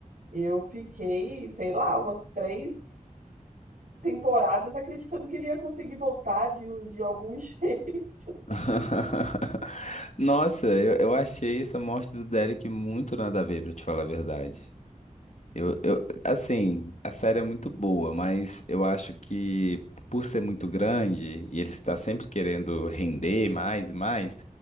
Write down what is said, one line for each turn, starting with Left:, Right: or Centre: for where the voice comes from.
Right: eu fiquei, sei lá, umas três temporadas acreditando que ele ia conseguir voltar de, um- de algum <laughs> jeito.
Left: <laughs> Nossa, eu, eu achei essa morte do Derek muito nada a ver, pra te falar a verdade. Eu, eu, assim, a série é muito boa, mas eu acho que por ser muito grande e ele está sempre querendo render mais e mais,